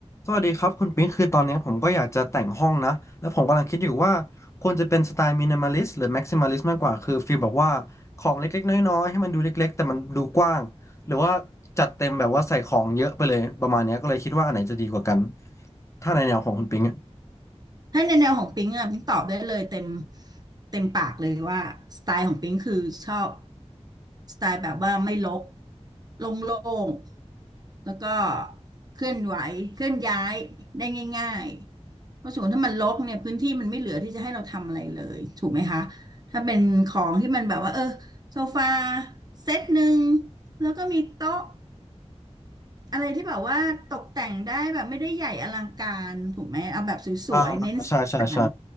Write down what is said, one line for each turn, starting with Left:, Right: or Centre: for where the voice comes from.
Left: สวัสดีครับคุณปิ๊งคือตอนนี้ผมก็อยากจะแต่งห้องนะแล้วผมกำลังคิดอยู่ว่าควรจะเป็นสไตล์มินิมอลิสต์หรือแม็กซิมอลิสต์มากกว่าคือฟีลแบบว่าของเล็กๆน้อยๆให้มันดูเล็กๆแต่มันดูกว้างหรือว่าจัดเต็มแบบว่าใส่ของเยอะไปเลยประมาณเนี้ยก็เลยคิดว่าอันไหนจะดีกว่ากันถ้าในแนวของคุณปิ๊งอะ
Right: ถ้าในแนวของปิ๊งอะปิ๊งตอบได้เลยเต็มเต็มปากเลยว่าสไตล์ของปิ๊งคือชอบสไตล์แบบว่าไม่รกโล่งๆแล้วก็เคลื่อนไหวเคลื่อนย้ายได้ง่ายๆเพราะสมมติถ้ามันรกเนี่ยพื้นที่มันไม่เหลือที่จะให้เราทำอะไรเลยถูกไหมคะถ้าเป็นของที่มันแบบว่าเออโซฟาเซตหนึ่งแล้วก็มีโต๊ะ อะไรที่แบบว่าตกแต่งได้แบบไม่ได้ใหญ่อลังการถูกไหมเอาแบบสวยๆเน้นสีสัน
Left: อ่าใช่ใช่ใช่